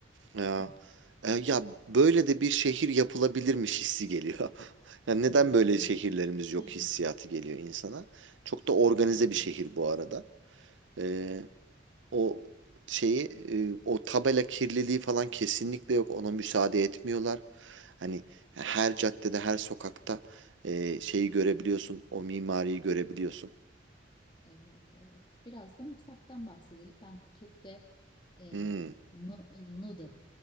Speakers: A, on the right; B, on the left.
A: Ya,
B: Hı.
A: e, ya böyle de bir şehir yapılabilirmiş hissi geliyor. <laughs> Yani neden
B: Hmm.
A: böyle şehirlerimiz yok
B: <laughs>
A: hissiyatı geliyor insana. Çok da organize
B: Doğru.
A: bir şehir bu arada. E, o şeyi, e, o tabela kirliliği falan kesinlikle yok. Ona müsaade etmiyorlar. Hani her caddede, her sokakta e, şeyi görebiliyorsun, o mimariyi görebiliyorsun.
B: Evet, evet. Biraz da mutfaktan bahsedelim. Ben Phuket'te eee
A: Hmm,
B: nu- noodle.